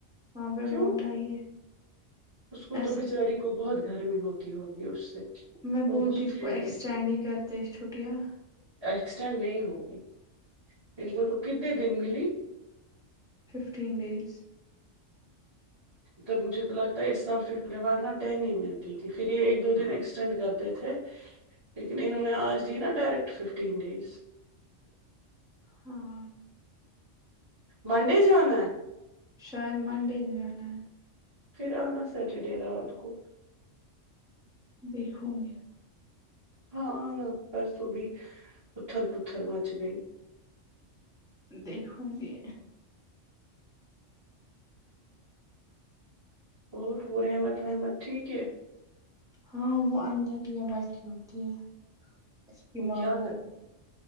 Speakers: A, in the centre; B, on the right.
A: وہاں پہ
B: کیوں
A: موٹا ہی ہے
B: اس کو
A: ایسا
B: تو بچاری کو بہت گرمی ہوتی ہوگی اس سے
A: میں
B: وہ
A: بولتی
B: بہت
A: اس
B: ہیوی
A: کو ایکسٹینڈ ہی کردے چٹھیاں
B: ایکسٹینڈ نہیں ہوگی ان کو تو کتنے دن ملی
A: ففٹین ڈیز
B: تو مجھے لگتا ہے اس سال فف مارنہ ٹین ہی ملتی تھی پھر یہ ایک دو دن ایکسٹینڈ کرتے تھے لیکن انہوں نے آج دی نا ڈائریکٹ ففٹین ڈیز
A: ہاں
B: منڈے جانا ہے
A: شاید منڈے ہی جانا ہے
B: پھر آنا سیٹرڈے رات کو
A: دیکھو گی
B: ہاں آنا پرسوں بھی پتل پتھل مچ گئی
A: دیکھوں گی
B: اور وہ رحمت وحمت ٹھیک ہے
A: ہاں وہ اندر ہی بیٹھی ہوتی ہے اس کی
B: وہ
A: ماں
B: کیا
A: بو
B: کر